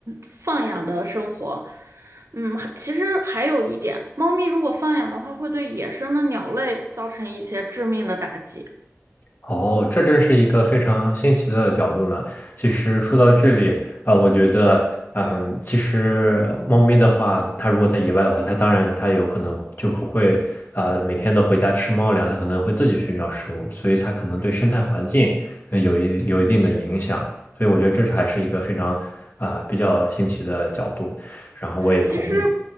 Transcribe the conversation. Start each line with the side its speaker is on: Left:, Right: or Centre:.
Right: 放养的生活。嗯，其实还有一点，猫咪如果放养的话，会对野生的鸟类造成一些致命的打击。
Left: 哦，这真是一个非常新奇的角度呢。其实说到这里啊，我觉得，嗯，其实猫咪的话，它如果在野外的话，它当然它有可能就不会啊，每天都回家吃猫粮，它可能会自己寻找食物，所以它可能对生态环境呃有一有一定的影响。所以我觉得这是还是一个非常啊、比较新奇的角度。然后我也同意。
Right: 其实，